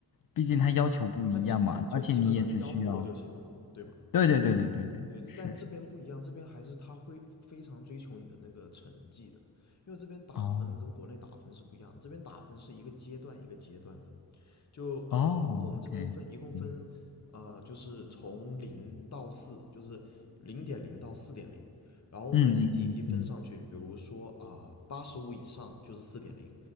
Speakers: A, on the left (about 60°); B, on the left (about 45°).
A: 毕竟他要求不一样嘛，
B: 他基他就基本上你只要过就行了嘛，
A: 而且你也只需要，
B: 对吧？
A: 对对对对对对对，
B: 对，
A: 是是，
B: 但这边不一样，这边还是他会非常追求你的那个成绩的，因为这边打分跟国内打分是不一样，
A: 哦
B: 这边打分是一个阶段一个阶段的，就呃，
A: 哦，OK，
B: 我们这边分一共分，
A: 嗯
B: 呃，就是从零到四，就是零点零到四点零，然后呢，
A: 嗯嗯嗯
B: 一级一级分上去，比如说啊，八十五以上就是四点零，